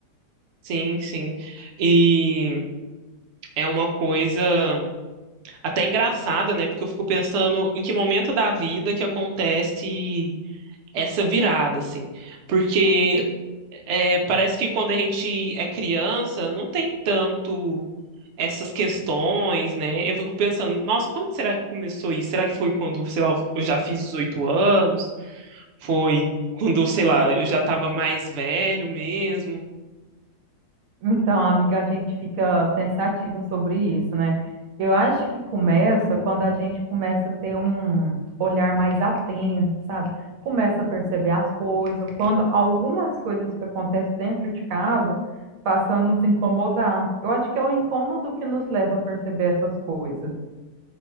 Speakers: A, on the right; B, on the right.
A: Sim, sim. E é uma coisa até engraçada, né? Porque eu fico pensando em que momento da vida que acontece essa virada, assim. Porque é, parece que quando a gente é criança, não tem tanto essas questões, né? Eu fico pensando, nossa, quando será que começou isso? Será que foi quando, sei lá, eu já fiz 18 anos? Foi quando, sei lá, eu já estava mais velho mesmo?
B: Então, amiga, a gente fica pensativa sobre isso, né? Eu acho que começa quando a gente começa a ter um olhar mais atento, sabe? Começa a perceber as coisas, quando algumas coisas que acontecem dentro de casa passam a nos incomodar. Eu acho que é o incômodo que nos leva a perceber essas coisas.